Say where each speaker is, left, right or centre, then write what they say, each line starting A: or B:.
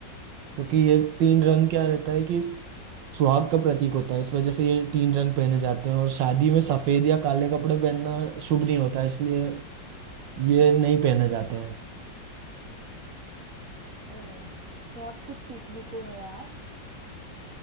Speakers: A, on the right; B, on the right.
A: क्योंकि ये तीन रंग क्या रहता है कि सुहाग का प्रतीक होता है इस वजह से ये तीन रंग पहने जाते हैं और शादी में सफेद या काले कपड़े पहनना शुभ नहीं होता इसलिए ये नहीं पहने जाते हैं
B: ओ बहुत कुछ सीखने को है यार